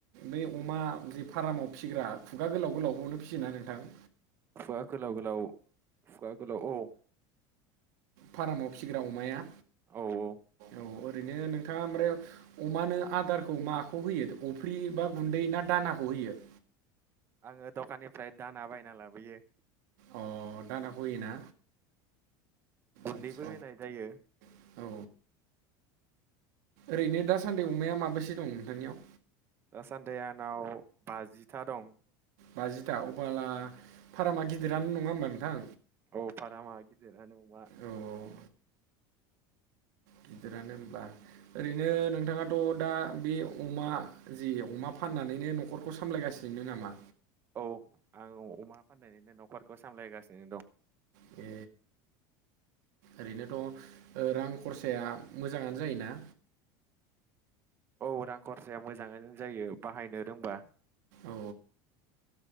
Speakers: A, on the right; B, on the right.
A: बे अमा जे फार्माव फिग्रा खुगा गोलाव गोलावखौनो फियोना नोंथां?
B: खुगा गोलाव गोलाव खुगा गोलाव औ
A: फार्माव फिसिग्रा अमाया
B: औ औ
A: औ ओरैनो नोंथाङा ओमफ्राय अमानो आदारखौ माखौ होयो अफ्रि बा गुन्दै ना दानाखौ होयो
B: आङो दखाननिफ्राय दाना बायना लाबोयो
A: अ दानाखौ होयोना
B: गुन्दैबो
A: आदसा
B: होनाय जायो।
A: आदसा औ ओरैनो दासान्दि अमाया माबैसे दं नोंथांनियाव?
B: दासान्दि आंनाव बाजिथा दं
A: बाजिथा अबला फारामा गिदिरानो नङा होमबा नोंथां?
B: औ फाराम गिदिरानो अमा
A: औ औ गिदिरानो होनब्ला ओरैनो नोंथाङाथ' दा बे अमा जि अमा फाननानैनो न'खरखौ सामलायगासिनो नामा?
B: औ आं अमा फाननायनिनो न'खरखौ सामलायगासिनो दं।
A: बे ओरैनोथ' रां खरसाया मोजाङानो जायोना?
B: औ रां खरसाया मोजाङानो जायो बाहायनो रोंबा
A: औ